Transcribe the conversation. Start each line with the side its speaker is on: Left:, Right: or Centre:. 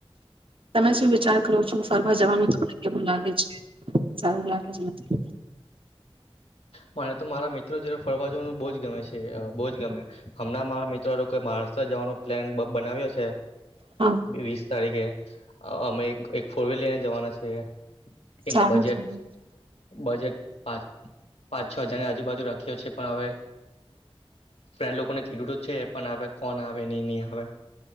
Right: તમે શું વિચાર કરો છો ફરવા જવાનું તમને કેવું લાગે છે સારું લાગે છે નથી.
Left: મરે તો મારા મિત્રો જે ફરવા જવાનું બહુ જ ગમે છે બહુજ ગમે હમણાં મારા મિત્રો લોકોઈ મહારાષ્ટ્ર જવાનું પ્લાન બનાવ્યો છે.
Right: હા
Left: વીસ તારીખે અમે એક ફોર વ્હીલ લઈને જવાના છે. તેમાં
Right: સારું
Left: બજેટ
Right: છે
Left: બજેટ પાંચ પાંચ છ હજારની આજુબાજુ રાખ્યો છે, પણ હવે ફ્રેન્ડ લોકોને કીધું છે એ પણ આવે કોણ આવે નહી નહી આવે